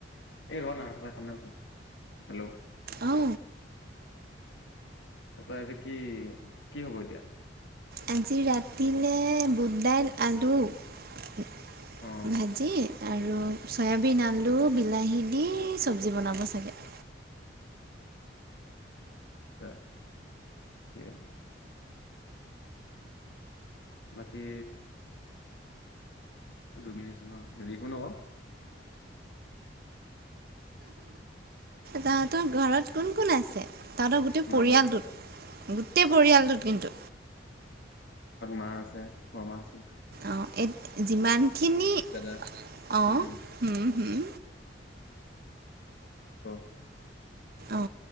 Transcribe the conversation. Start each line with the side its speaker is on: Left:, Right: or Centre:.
Left: এ ৰ না কামনা লচো, হেল্ল'
Right: অ
Left: তাৰপৰা এতিয়া কি কি হব এতিয়া।
Right: আজি ৰাতি নে বুট দাইল আলু। ভাজি
Left: অ
Right: আৰু চয়াবিন, আলু বিলাহী, দি চব্জি বনাব চাগে। <inaudible>
Left: অ, ঠিকে আছে। বাকী অ, দুইমিনিটছ ন হেৰি একো নহ।
Right: তাহতৰ ঘৰত কোন কোন আছে। তহঁতৰ গোটেই
Left: আমাঘৰত
Right: পৰিয়ালটোত
Left: আমাৰঘৰ-
Right: গোটেই পৰিয়ালটোত কিন্তু
Left: মা আছে, বৰমা আছে।
Right: অঁ যিমানখিনি
Left: দাদা
Right: অ,
Left: উম
Right: হুম হুম।
Left: অ'
Right: অ,